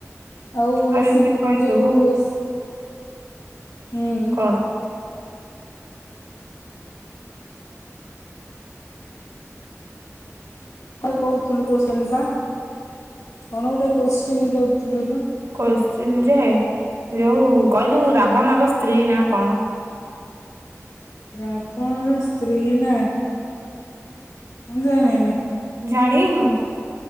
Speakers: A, on the left; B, on the right.
A: ଆଉ
B: ଆରେ
A: ସି
B: କହିଲୁ
A: ଜିଉସ୍ ହୁଁ।
B: କଣ
A: କଣ କହୁଥିଲୁ କନ ପା କଣ ଗୋଟେ କୋଶ୍ଚିନ କରୁଥିଲୁ ପା
B: କୋଶ୍ଚିନ୍ ଯେ ଯଉଁ କହିଲୁ ରାବଣର ସ୍ତ୍ରୀ ନା କଣ?
A: ରାବଣର ସ୍ତ୍ରୀ ନା ମୁଁ ଜାଣିନି।
B: ଜାଣିନୁ?